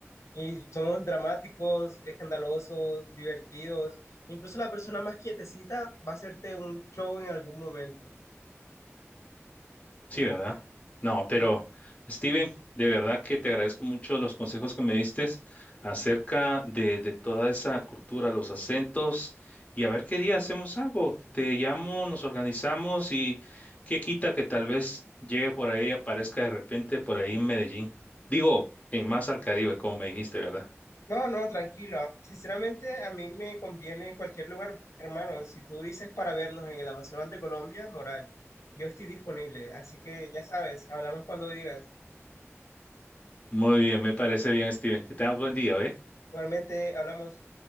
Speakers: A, on the left; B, on the left.
A: Y somos dramáticos, escandalosos, divertidos. Incluso la persona más quietecita va a hacerte un show en algún momento.
B: Sí, ¿verdad? No, pero
A: Ujú.
B: Steven, de verdad que te agradezco mucho los consejos que me diste acerca de, de toda esa cultura, los acentos, y a ver qué día hacemos algo. Te llamo, nos organizamos y qué quita que tal vez llegue por ahí, aparezca de repente por ahí en Medellín. Digo, en más al Caribe, como me dijiste, ¿verdad?
A: No, no, tranquilo. Sinceramente, a mí me conviene cualquier lugar, hermano. Si tú dices para vernos en el Amazonas de Colombia, moral, yo estoy disponible. Así que ya sabes, hablamos cuando digas.
B: Muy bien, me parece bien, Steven. Que tengas buen día, ¿eh?
A: Igualmente, hablamos.